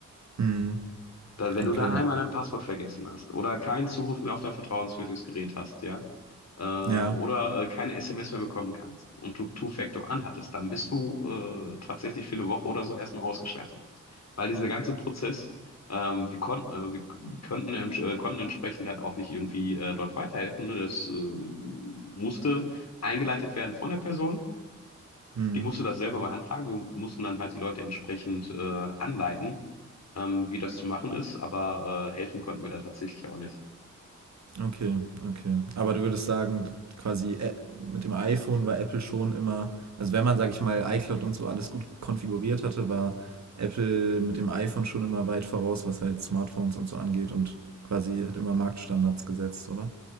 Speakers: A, on the right; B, on the left.
A: hm,
B: Da, wenn
A: okay.
B: du da einmal dein Passwort vergessen hast oder keinen Zugriff mehr auf dein vertrauenswürdiges Gerät hast, ja, äh, oder
A: Ja.
B: äh, keine SMS mehr bekommen kannst und du Two-Factor anhattest, dann bist du äh, tatsächlich für eine Woche oder so erstmal ausgeschaltet. Weil dieser ganze Prozess, ähm, wir konnten, äh, wir könnten, ents- äh, konnten entsprechend halt auch nicht irgendwie äh, dort weiterhelfen. Ne? Das äh, musste eingeleitet werden von der Person.
A: Hm.
B: Die musste das selber beantragen. Wir mussten dann halt die Leute entsprechend äh, anleiten, ähm, wie das zu machen ist. Aber äh, helfen konnten wir da tatsächlich auch nicht.
A: Okay, okay. Aber du würdest sagen, quasi Ä- mit dem iPhone war Apple schon immer, also wenn man, sag ich mal, iCloud und so alles gut konfiguriert hatte, war Apple mit dem iPhone schon immer weit voraus, was halt Smartphones und so angeht und quasi hat immer Marktstandards gesetzt, oder?